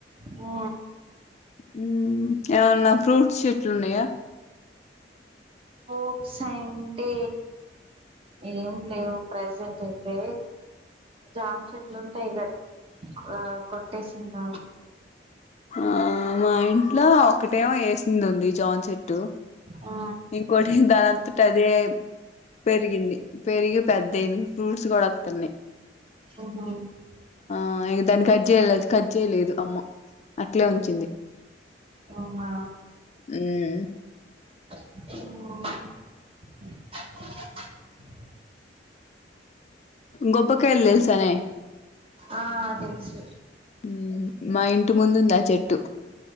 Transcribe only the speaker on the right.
ఆ
ఫ్రూట్స్ అంటే ఏం లేవు ప్రజెంట్ అయితే జామ్ చెట్లు ఉంటాయి క ఆ కొట్టేసింది
ఆ
అహ
అమ్మా
<inaudible>
ఆ తెల్సు